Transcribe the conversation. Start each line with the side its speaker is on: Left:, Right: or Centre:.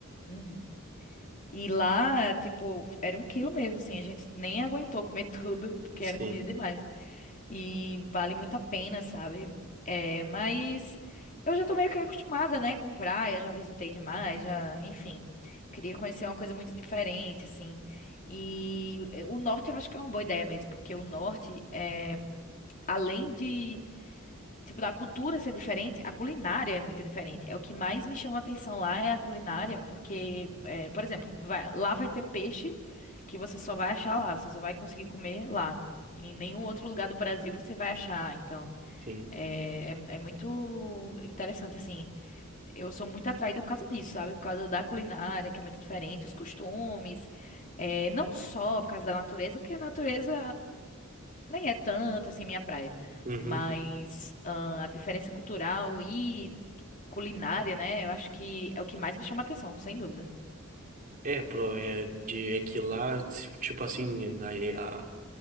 Left: Uhum. E lá, tipo, era um quilo mesmo, assim, a gente nem aguentou comer <laughs> tudo, porque
Right: Sim,
Left: era comida demais. E vale muito a pena, sabe? É, mas eu já tô meio que acostumada, né, com praia, já visitei demais, já, enfim. Queria conhecer uma coisa muito diferente, assim. E eh, o norte eu acho que é uma boa ideia mesmo, porque o norte, é, além de, tipo, da cultura ser diferente, a culinária é muito diferente. É o que mais me chama a atenção lá é a culinária, porque, eh, por exemplo, vai- lá vai ter peixe que você só vai achar lá, você só vai conseguir comer lá. Em nenhum outro lugar do Brasil você vai achar, então.
Right: sim.
Left: É, é, é muito interessante, assim. Eu sou muito atraída por causa disso, sabe? Por causa da culinária, que é muito diferente, os costumes. É, não só por causa da natureza, porque a natureza nem é tanto, assim, minha praia.
Right: Uhum.
Left: Mas ah, a diferença cultural e culinária, né? Eu acho que é o que mais me chama atenção, sem dúvida.
Right: É, pro, é, de, é que lá, se- tipo assim, na- é, a,